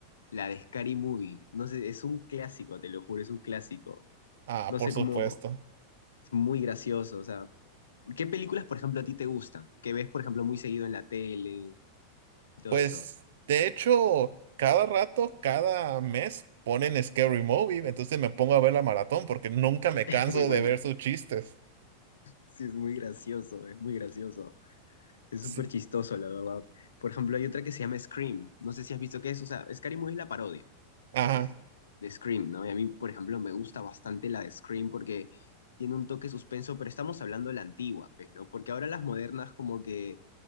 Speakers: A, on the left (about 65°); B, on the right (about 55°).
A: la de Scary Movie. No sé, es un clásico, te lo juro, es un clásico.
B: Ah,
A: No
B: por
A: sé
B: supuesto.
A: cómo, Es muy gracioso, o sea, ¿qué películas, por ejemplo, a ti te gustan? Que ves, por ejemplo, muy seguido en la tele y todo
B: Pues,
A: eso. <laughs>
B: de hecho, cada rato, cada mes ponen Scary Movie, entonces me pongo a ver la maratón porque nunca me
A: Es
B: canso
A: muy buena.
B: de ver sus chistes.
A: Sí, es muy gracioso, es muy gracioso. Es
B: Sí.
A: súper chistoso, la verdad. Por ejemplo, hay otra que se llama Scream. No sé si has visto qué es. O sea, Scary Movie es la parodia.
B: Ajá.
A: Entonces, de Scream, ¿no? Y a mí, por ejemplo, me gusta bastante la de Scream porque tiene un toque suspenso, pero estamos hablando de la antigua, pues, ¿no? Porque ahora las modernas como que,